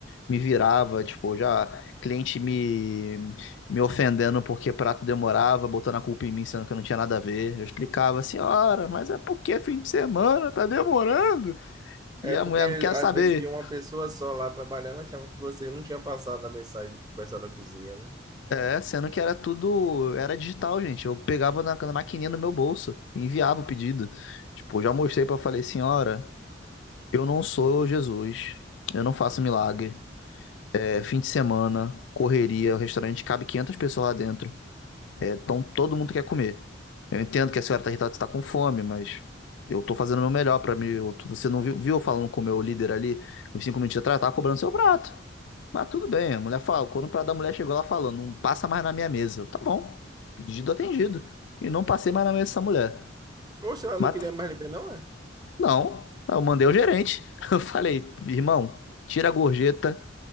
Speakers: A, on the left (about 70°); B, on the right (about 20°).
A: me virava, tipo, já cliente me me ofendendo porque prato demorava, botando a culpa em mim, sendo que eu não tinha nada a ver. Eu explicava, senhora, mas é porque é fim de semana, tá demorando.
B: É
A: E a
B: porque
A: mulher não quer
B: às
A: saber.
B: vezes via uma pessoa só lá trabalhando, achava que você não tinha passado a mensagem pro pessoal da cozinha, né?
A: É, sendo que era tudo, era digital, gente. Eu pegava na, na maquininha no meu bolso e enviava o pedido. Tipo, eu já mostrei pra falei, senhora, eu não sou Jesus, eu não faço milagre. É fim de semana, correria, o restaurante cabe 500 pessoas lá dentro. É, Então todo mundo quer comer. Eu entendo que a senhora está irritada, que está com fome, mas eu estou fazendo o meu melhor para mim. Eu tô- você não viu, viu eu falando com o meu líder ali, uns cinco minutos atrás, eu tava cobrando seu prato. Mas tudo bem, a mulher fala, quando o prato da mulher chegou lá falando, não passa mais na minha mesa. Eu, Tá bom, pedido atendido. E não passei mais na mesa dessa mulher.
B: Oxe, ela
A: Mas
B: não queria mais lhe ver, não é?
A: não, eu mandei o gerente. <laughs> Eu falei, irmão, tira a gorjeta